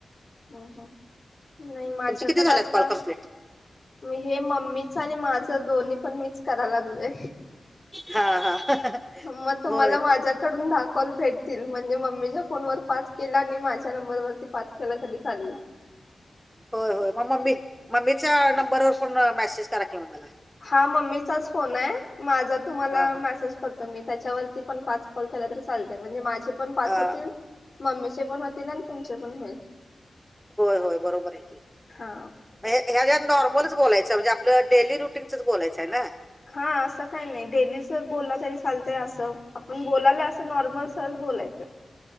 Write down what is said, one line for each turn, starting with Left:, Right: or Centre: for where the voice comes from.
Left: हम्म - हम्म. नाही माझ्याकडे
Centre: तुमचे किती झालेत
Left: आता
Centre: कॉल कम्प्लीट
Left: हे मम्मीच आणि माझं दोन्ही पण मिच कराय लागलोय.
Centre: हा -हा.
Left: म तुम्हाला
Centre: होय
Left: माझ्याकडून दहा कॉल भेटतील. म्हणजे मम्मीच्या फोनवर पाच केला आणि माझ्या नंबरवरती पाच केल्या तरी चालेल.
Centre: होय- होय. मग मम्मी, मम्मीच्या नंबरवर पण मेसेज करा कि मला.
Left: हा मम्मीचाच फोन आहे माझा तुम्हाला
Centre: हा हा
Left: मेसे ज करतो मी त्याच्यावरती पण पाच कॉल केला तरी चालतय म्हणजे माझे पण पाच
Centre: अ,
Left: होतील. मम्मीचे पण होतील. आणि तुमचे पण होईल.
Centre: होय - होय. बरोबर आहे कि.
Left: हा
Centre: ह्या ज्या नॉर्मलच बोलायचं म्हणजे आपलं डेली रुटींग च बोलायचंय ना?
Left: हा असं काही नाही डेलीच बोला तरी चालतय असं आपण बोलायला असं नॉर्मल सहज बोलायचं. <inaudible>